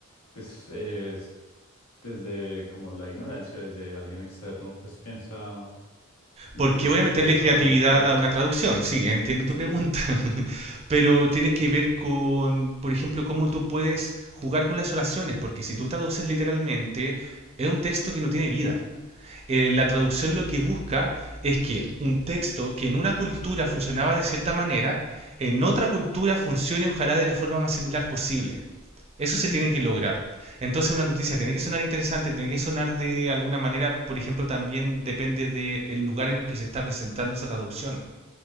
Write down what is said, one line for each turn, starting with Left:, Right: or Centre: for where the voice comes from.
Left: pues eh, es desde como la ignorancia, desde alguien externo, pues piensa, no,
Right: porque
Left: pues
Right: voy
Left: lo
Right: a meterle
Left: que el
Right: creatividad
Left: traductor,
Right: a una traducción. Sí, entiendo tu
Left: sí,
Right: pregunta,
Left: sí.
Right: <laughs> pero tiene que ver con, por ejemplo, cómo tú puedes jugar con las oraciones, porque si tú traduces literalmente, es un texto que no tiene vida. eh, la traducción lo que busca es que un texto que en una cultura funcionaba de cierta manera, en otra cultura funcione ojalá de la forma más similar posible. Eso se
Left: Mm,
Right: tiene que lograr. Entonces una noticia tiene que sonar interesante, tiene que sonar de alguna manera, por ejemplo, también depende del lugar en el que se está presentando esa traducción.